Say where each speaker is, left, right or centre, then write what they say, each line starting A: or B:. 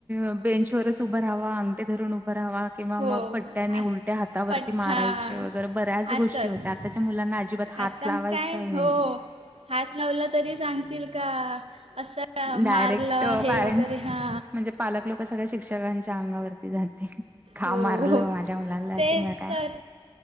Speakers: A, on the right (about 15°); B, on the right (about 85°).
A: अ बेंचवरच उभं ऱ्हावा, अंगट धरून उभं राहावा किंवा
B: हो
A: मग पट्ट्यानी
B: आ-
A: उलट त्या हातावरती
B: पट
A: मारायचे
B: हां
A: वगैरे बऱ्याच गोष्टी
B: असंच
A: होत्या, आताच्या मुलांना अजिबात हात
B: आता
A: लावायचाही
B: काय
A: नाहीये.
B: हो हात लावला तरी सांगतील का? आस मारलं
A: डायरेक्ट
B: हे
A: पॅरेंट्स
B: वगैरे हा.
A: म्हणजे पालक लोक सगळ्या शिक्षकांच्या अंगावरती जातील. खा
B: हो
A: मारलं
B: हो
A: माझ्या मुलाला
B: तेच
A: किंवा काय?
B: तर